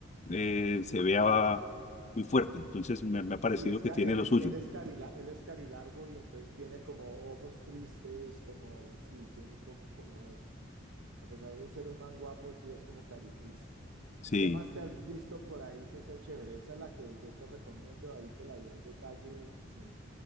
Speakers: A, on the left; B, on the right.
A: eh, se vea muy fuerte. Entonces me, me ha parecido
B: Sí, es, ca-
A: que tiene
B: él,
A: lo suyo.
B: él es carila, él es carilargo y entonces tiene como ojos tristes, como, sí, tiene un poco como eso. A pesar de ser un man guapo, sí es como caritriste.
A: Sí.
B: ¿Qué más te has visto por ahí que sea chévere? Esa es la que yo te recomiendo, ahí te la di al detalle sin,